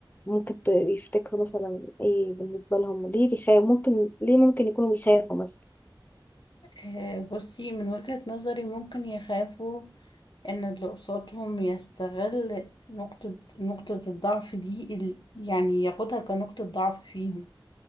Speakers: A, on the left; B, on the left.
A: ممكن ت- يفتكروا مثلا ايه بالنسبة لهم ليه بيخاف ممكن ليه ممكن يكونوا بيخافوا مثلا
B: آه، بصي من وجهة نظري ممكن يخافوا ان اللي قصادهم يستغل نقطة نقطة الضعف دي ال- يعني ياخدها كنقطة ضعف فيهم